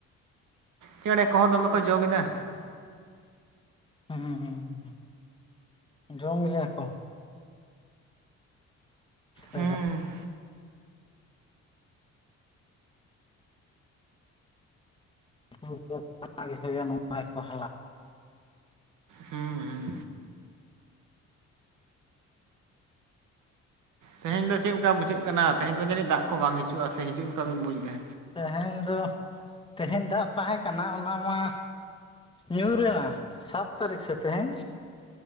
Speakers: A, on the right (about 80°); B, on the left (about 15°).
A: ᱪᱮᱬᱮ ᱠᱚᱦᱚ ᱫᱚᱢᱮ ᱠᱚ ᱡᱚᱢ ᱮᱫᱟ
B: ᱦᱩᱸ ᱦᱩᱸ ᱡᱚᱢ ᱜᱮᱭᱟ ᱠᱚ ᱪᱮᱫᱟᱜ
A: ᱦᱮᱸ
B: ᱵᱟᱝ <unintelligible> ᱱᱚᱝᱠᱟᱭ ᱵᱟᱦᱟᱞᱟ
A: ᱦᱩᱸ ᱦᱩᱸ ᱛᱮᱦᱮᱧ ᱫᱚ ᱪᱮᱫ ᱞᱮᱠᱟ ᱵᱩᱡᱷᱟᱹᱜ ᱠᱟᱱᱟ ᱛᱮᱦᱮᱧ ᱫᱚ ᱡᱟᱹᱱᱤᱡ ᱫᱟᱜ ᱠᱚ ᱵᱟᱝ ᱦᱤᱡᱩᱜᱼᱟ ᱥᱮ ᱦᱤᱡᱩᱜ ᱞᱮᱠᱟ ᱵᱮᱱ ᱵᱩᱡᱽ ᱮᱫᱟ
B: ᱛᱮᱦᱮᱧ ᱫᱚ ᱛᱮᱦᱮᱧ ᱫᱟᱜ ᱛᱟᱦᱮᱸ ᱠᱟᱱᱟ ᱚᱱᱟ ᱢᱟ ᱧᱩᱨᱮᱱᱟ ᱥᱟᱛ ᱛᱟᱹᱨᱤᱠᱷ ᱥᱮ ᱛᱮᱦᱮᱸᱧ